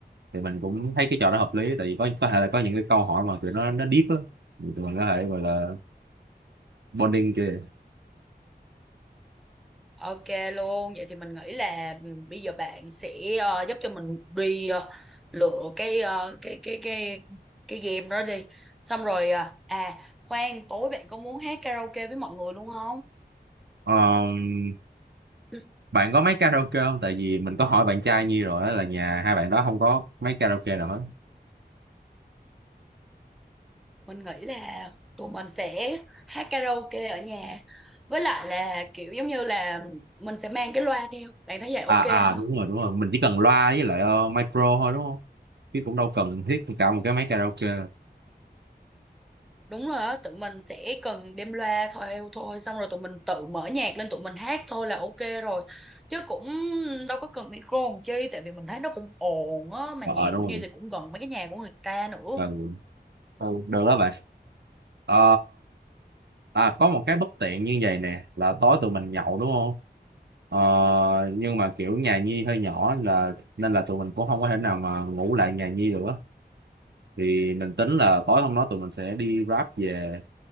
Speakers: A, on the right; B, in the centre.
A: thì mình cũng thấy cái trò đó hợp lý tại vì có có thể là có những cái câu hỏi mà tụi nó nó deep á tụi mình có thể gọi là bonding kìa
B: Ok luôn, vậy thì mình nghĩ là bây giờ bạn sẽ ờ, giúp cho mình đi ờ, lựa cái ờ, cái cái cái cái game đó đi. Xong rồi ờ, à khoan, tối bạn có muốn hát karaoke với mọi người luôn không?
A: Ờm,
B: Ừ,
A: bạn có máy karaoke không tại vì mình có hỏi bạn trai Nhi rồi á là nhà hai bạn đó không có máy karaoke nào hết
B: Mình nghĩ là tụi mình sẽ hát karaoke ở nhà. Với lại là kiểu giống như là mình sẽ mang cái loa theo. Bạn thấy vậy ok
A: à à
B: không?
A: đúng rồi đúng rồi mình chỉ cần loa với lại ờ, micro thôi đúng không chứ cũng đâu cần thiết cả một cái máy karaoke
B: đúng rồi á tụi mình sẽ cần đem loa theo thôi xong rồi tụi mình tự mở nhạc lên tụi mình hát thôi là ok rồi chứ cũng đâu có cần micro làm chi tại vì mình thấy nó cũng ồn á mà
A: ờ
B: nhà
A: à, đúng
B: của Như
A: rồi
B: thì cũng gần mấy cái nhà của người ta nữa
A: cần ừ, được đó bạn Ờ, à, có một cái bất tiện như vậy nè là tối tụi mình nhậu đúng không? Ờ, nhưng mà kiểu nhà Nhi hơi nhỏ là nên là tụi mình cũng không có thể nào mà ngủ lại nhà Nhi được á. Thì mình tính là tối hôm đó tụi mình sẽ đi Grab về.